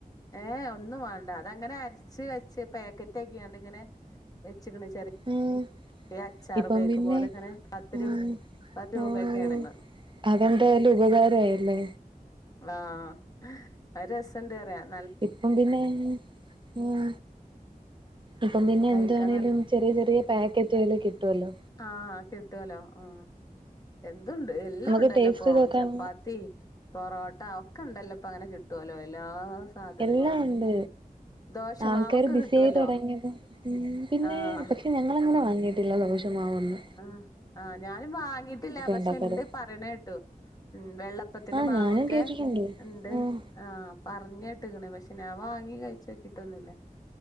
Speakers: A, on the left; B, on the right.
A: ഏഹ് ഒന്നും വേണ്ട അതങ്ങനെ അരച് വെച്ച് പാക്കറ്റാക്കിയിങ്ങണ്ടിങ്ങനെ വെച്ചക്കണ് ചെറി
B: ഉം
A: യ അച്ചാറ്
B: ഇപ്പം
A: പാക്ക്
B: പിന്നെ
A: പോലെ ഇങ്ങനെ പത്ത്
B: ഉം
A: രൂ പത് രൂപയൊക്കെയാണിന്ന്
B: ഉം അതെന്തായാലും ഉപകാരായല്ലേ
A: ആഹ് അത് രസൊണ്ട് പറയാൻ
B: ഇപ്പം പിന്നേ ഉം ഇപ്പം പിന്നെ
A: കഴിക്കാൻ
B: എന്ത് വേണേലും
A: നല്ല
B: ചെറിയ ചെറിയ പാക്കറ്റുകളിൽ കിട്ടുവല്ലോ
A: ആഹ് കിട്ടുവല്ലോ ആഹ് എന്തുണ്ട് എല്ലാം
B: നമുക്ക്
A: ഉണ്ടല്ലോ
B: ടേസ്റ്റ്
A: ഇപ്പൊ
B: ചെയ്ത് നോക്കാൻ
A: ചപ്പാത്തി പൊറോട്ട ഒക്കെ ഉണ്ടല്ലോ ഇപ്പ അങ്ങനെ കി ട്ടുവോലോ എല്ലാ സാധനങ്ങളും
B: എല്ലാം ഒണ്ട്
A: ദോശമാവൊക്കെ
B: ആൾക്കാര് ബിസി
A: കിട്ടുവല്ലോ
B: ആയി തൊടങ്ങിയതും പിന്നെ
A: ആഹ്
B: പക്ഷെ ഞങ്ങളങ്ങന വാങ്ങീറ്റില്ല ദോശമാവൊന്ന്
A: ആഹ് ആഹ് ഞാനും വാങ്ങിട്ടില്ല പക്ഷെ
B: ഉണ്ടാക്കാറ്
A: ഇണ്ട് പറയണ കേട്ടു ഉം വെള്ളപ്പത്തിന്റെ
B: ആഹ്
A: മാവൊക്കെ
B: ഞാനും കേട്ടിട്ടുണ്ട്
A: ഇണ്ട്
B: ഉം
A: ആഹ് പറഞ്ഞിട്ട്ക്കണ് പക്ഷെ ഞാൻ വാങ്ങി കഴിച്ച് നോക്കിട്ടൊന്നുല്ല